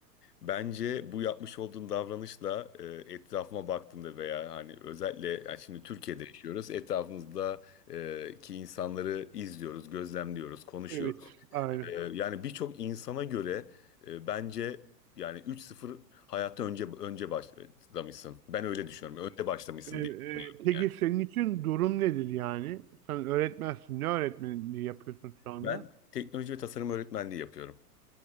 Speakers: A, on the left; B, on the right.
A: Bence bu yapmış olduğun davranışla e, etrafıma baktığımda veya hani özellikle yani şimdi Türkiye'de yaşıyoruz. Etrafımızda e, ki insanları izliyoruz, gözlemliyoruz, konuşuyoruz.
B: Evet, aynen.
A: Ee, Yani birçok insana göre e, bence yani 3-0 hayatta önce önce başlamışsın. Ben öyle düşünüyorum. Önde başlamışsın
B: E, e,
A: diye düşünüyorum
B: peki
A: yani.
B: senin için durum nedir yani? Sen öğretmensin. Ne öğretmenliği yapıyorsun şu anda?
A: Ben teknoloji ve tasarım öğretmenliği yapıyorum.